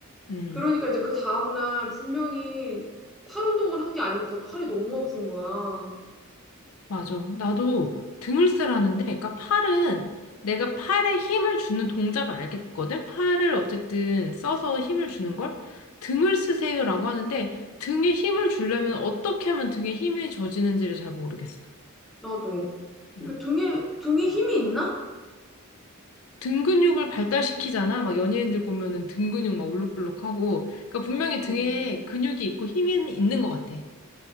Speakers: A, on the left; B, in the centre.
A: 음,
B: 그러니까 이제 그 다음날 분명히 팔 운동을 한 게 아닌데 팔이 너무 아픈 거야.
A: 맞아. 나도 등을 쓰라는데, 그러니까 팔은 내가 팔에 힘을 주는 동작을 알겠거든? 팔을 어쨌든 써서 힘을 주는 걸? 등을 쓰세요라고 하는데, 등에 힘을 주려면 어떻게 하면 등에 힘이 저지는지를 잘 모르겠어.
B: 나도.
A: 음.
B: 이게 등에, 등에 힘이 있나?
A: 등 근육을 발달시키잖아. 막 연예인들 보면은 등 근육 막 울룩불룩하고. 그러니까 분명히 등에
B: 음.
A: 근육이 있고 힘이 있는 것 같아.